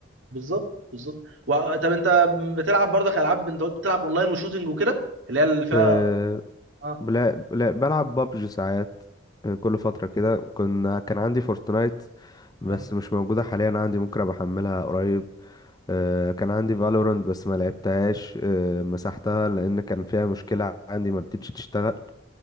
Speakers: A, on the right (about 80°); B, on the left (about 20°).
A: بالظبط بالظبط و- طب انت بتلعب برضك العاب انت قلت بتلعب اونلاين وشوتينج وكده اللي هي اللي فيها
B: أه
A: اه
B: بلا بلا بلعب بابجي ساعات أه، كل فترة كده كنا كان عندي فورتنايت بس
A: اه
B: مش موجودة حاليا عندي ممكن ابقى احملها قريب أه كان عندي فالورانت بس ما لعبتهاش أه مسحتها لان كان فيها مشكلة عندي ما رضتش تشتغل